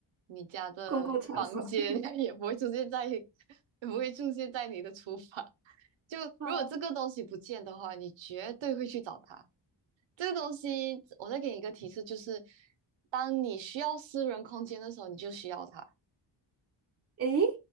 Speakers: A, on the right; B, on the right.
A: 你家的房间，
B: 公共场所。<laughs>
A: <laughs> 也不会出现在，也不会出现在你的厨房。就如果这个东西不见的话，
B: 好，
A: 你绝对会去找它。这个东西，我再给你一个提示，就是当你需要私人空间的时候，你就需要它。
B: 诶，